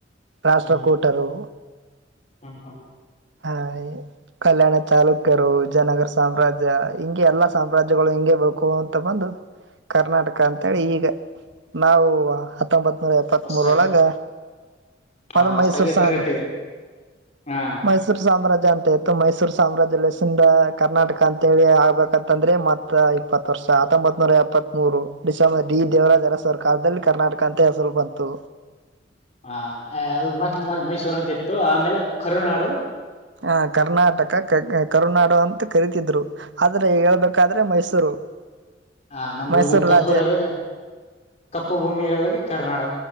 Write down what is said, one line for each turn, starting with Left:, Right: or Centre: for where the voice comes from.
Right: ರಾಷ್ಟ್ರಕೂಟರು,
Left: ಹ್ಮ್ ಹ್ಮ್ ಹ್ಮ್
Right: ಹಾ ಕಲ್ಯಾಣ ತಾಲೂಕು ರು, ಜನಗರ ಸಾಮ್ರಾಜ್ಯ ಹಿಂಗೆ ಎಲ್ಲ ಸಾಮ್ರಾಜ್ಯಗಳು ಹಂಗೆ ಬೇಕು ಅಂತ ಬಂದು, ಕರ್ನಾಟಕ ಅಂತೇಳಿ ಈಗ ನಾವು ಹ ಹತ್ತೊಂಬತ್ ನೂರ, ಎಪ್ಪತ್
Left: ಹೊಸದಾಗಿ
Right: ಮೂರೊಳಗ
Left: ಹಾ
Right: ಅದು
Left: ಹೊಸದಾಗಿ
Right: ಮೈಸೂರು
Left: ಹೆಸರು
Right: ಸಾಮ್ರ,
Left: ಕಟ್ಟಿವಿ ಹಾ
Right: ಮೈಸೂರು ಸಾಮ್ರಾಜ್ಯ ಅಂತ ಇತ್ತು, ಮೈಸೂರು ಸಾಮ್ರಾಜ್ಯದ ಹೆಸರಿಂದ ಕರ್ನಾಟಕ ಅಂತ ಹೇಳಿ ಆಗ್ಬೇಕ ಂತಂದ್ರೆ ಮತ್ತ ಇಪ್ಪತ್ ವರ್ಷ. ಹತ್ತೊಂಬತ್ ನೂರ ಎಪ್ಪತ್ತ್ ಮೂರು, ಡಿಸೆಂಬರ್, ಡಿ ದೇವರಾಜ ಅರಸ್ ಸರ್ಕಾರದಲ್ಲಿ ಕರ್ನಾಟಕ ಅಂತ ಹೆಸರು ಬಂತು.
Left: ಹಾ, ಅದು ಮತ್ತ ಮೈಸೂರ ಅಂತ ಇತ್ತು ಆಮೇಲೆ ಕರುನಾಡು
Right: ಹ ಕರ್ನಾಟಕ, ಕರುನಾಡು ಅಂತ ಕರಿತಿದ್ರು ಆದರೆ ಹೇಳ್ಬೇಕಾದ್ರೆ ಮೈಸೂರು.
Left: ಹ ನಮ್ದು
Right: ಮೈಸೂರು
Left: ಕಪ್ಪು
Right: ರಾಜ್ಯ
Left: ಇರೋದಾಗ, ಕಪ್ಪು ಭೂಮಿ ಇರೋದಾಗ ಕರ್ನಾಡ